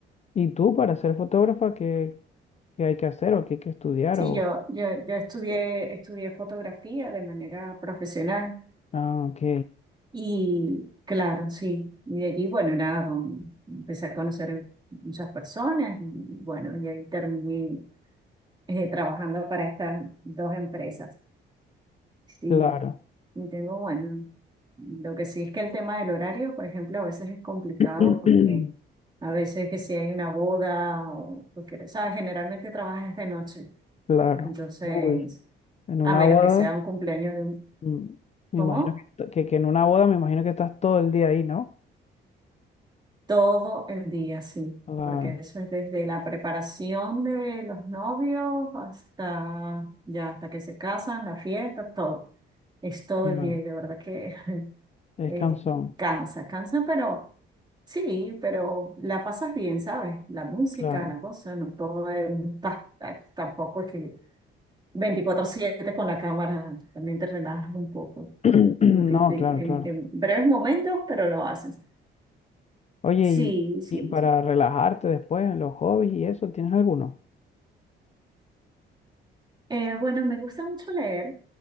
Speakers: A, on the left (about 35°); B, on the right (about 20°).
A: ¿Y tú para ser fotógrafa, qué, qué hay que hacer o qué hay que estudiar?
B: Sí,
A: O...
B: yo, yo, yo estudié, estudié fotografía de manera profesional
A: Ah, ok,
B: y claro, sí. Y de allí, bueno, nada, con- empecé a conocer muchas personas y bueno, y ahí terminé eh, trabajando para estas dos empresas. Sí,
A: claro,
B: y tengo, bueno, lo que sí es que el tema del horario, por ejemplo, a veces es complicado
A: <clears throat>
B: porque a veces que si hay una boda o, porque, ¿sabes? Generalmente trabajas de noche.
A: claro.
B: Entonces...
A: Uy, en una
B: A menos
A: boda.
B: que sea un cumpleaños de un...
A: Mm, Me
B: ¿Cómo?
A: imagino que, t- que, que en una boda me imagino que estás todo el día ahí, ¿no?
B: Todo el día, sí.
A: Claro,
B: Porque eso es desde la preparación de los novios hasta ya, hasta que se casan, la fiesta, todo. Es todo
A: claro.
B: el día y de verdad que <laughs>
A: Es
B: eh,
A: cansón,
B: cansa, cansa, pero sí, pero la pasas bien, ¿sabes? La música,
A: claro.
B: la cosa, no todo es, ta- ta- tampoco es que veinticuatro siete con la cámara, también te relajas un poco.
A: <clears throat>
B: De-
A: No,
B: de-
A: claro,
B: En,
A: claro.
B: en breves momentos, pero lo haces.
A: Oye,
B: Sí,
A: y,
B: sí,
A: y para
B: sí.
A: relajarte después, los hobbies y eso, ¿tienes alguno?
B: Eh, bueno, me gusta mucho leer.